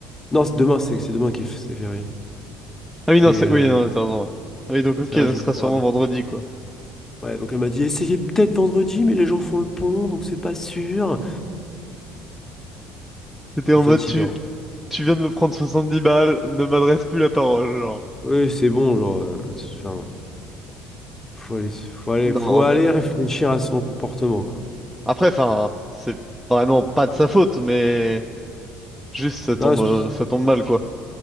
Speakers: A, on the left (about 15°); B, in the centre.
A: Non, c'est demain, c'est c'est demain qui est f- c'est férié.
B: Ah oui, non,
A: Et
B: c'est...
A: euh,
B: Oui, non, t'as raison, ouais. Ah Oui, donc ok,
A: c'est un
B: donc
A: jour
B: ce sera
A: ouvrable.
B: sûrement vendredi, quoi.
A: Ouais, donc elle m'a dit, essayez peut-être vendredi, mais les gens font le pont, donc c'est pas sûr.
B: C'était
A: C'est
B: en
A: fatigant.
B: mode, tu... tu viens de me prendre 70 balles, ne m'adresse plus la parole, genre.
A: Oui, c'est bon, genre, euh, enfin, faut aller, faut aller,
B: Non,
A: faut aller
B: mais...
A: réfléchir à son comportement, quoi.
B: Après, enfin, c'est vraiment pas de sa faute, mais... Juste, ça tombe,
A: Non, c'est-
B: euh, ça tombe mal, quoi.